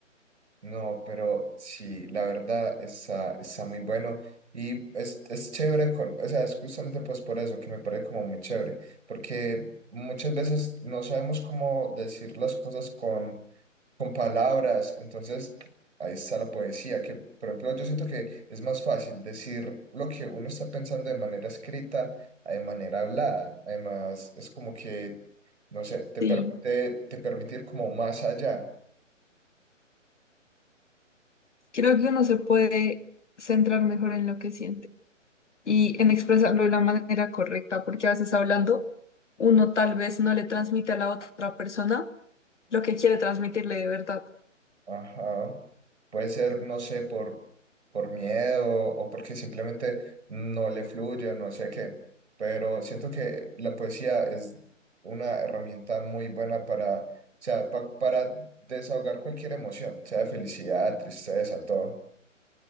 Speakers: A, on the right; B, on the left.
A: No, pero sí, la verdad está, está muy bueno y es, es chévere, con, o sea, es justamente pues por eso que me parece como muy chévere, porque muchas veces no sabemos cómo decir las cosas con, con palabras, entonces ahí está la poesía, que por ejemplo yo siento que es más fácil decir lo que uno está pensando de manera escrita a de manera hablada, además es como que, no sé, te
B: Sí,
A: permite, te permite ir como más allá.
B: creo que uno se puede centrar mejor en lo que siente y en expresarlo de la manera correcta, porque a veces hablando uno tal vez no le transmite a la otra persona lo que quiere transmitirle de verdad.
A: Ajá. Puede ser, no sé, por, por miedo o porque simplemente no le fluye, no sé qué. Pero siento que la poesía es una herramienta muy buena para, o sea, pa- para desahogar cualquier emoción, sea de felicidad, tristeza, todo.